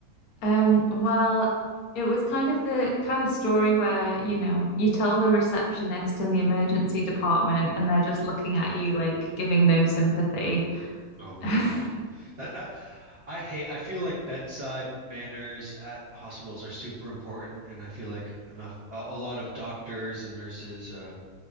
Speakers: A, on the left (about 70°); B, on the right (about 60°).
A: Um, well, it was kind of the kind of story where, you know, you tell the receptionist in the emergency department and they're just looking at you like giving no sympathy. <laughs>
B: Oh man. That I, I hate I feel like bedside manners at hospitals are super important and I feel like enough a, a lot of doctors and nurses uh,